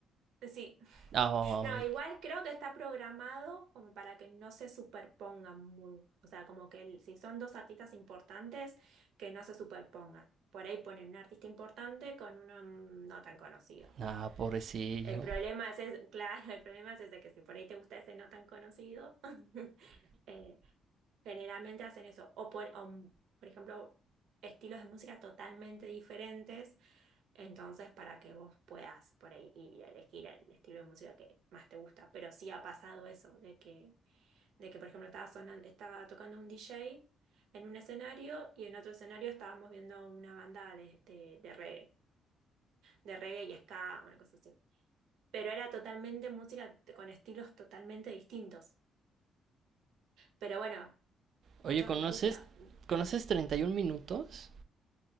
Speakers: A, on the right; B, on the right.
A: Sí.
B: Ah,
A: No, igual creo que está programado como para que no se superpongan muy, o sea, como que el- si son dos artistas importantes, que no se superpongan. Por ahí ponen un artista importante con uno mm, no tan conocido.
B: ah, pobrecillo.
A: El problema es, es- <laughs> claro, el problema es ese que si por ahí te gusta ese no tan conocido, <laughs> eh, generalmente hacen eso. O por, o, mm, por ejemplo, estilos de música totalmente diferentes entonces, para que vos puedas por ahí ir elegir el estilo de música que más te gusta. Pero sí ha pasado eso, de que, de que por ejemplo, estaba sonando, estaba tocando un DJ en un escenario y en otro escenario estábamos viendo una banda de, de, de reggae, de reggae y ska, una cosa así. Pero era totalmente música t- con estilos totalmente distintos. Pero bueno,
B: Oye,
A: muchos
B: ¿conoces,
A: nos gusta.
B: ¿conoces 31 minutos?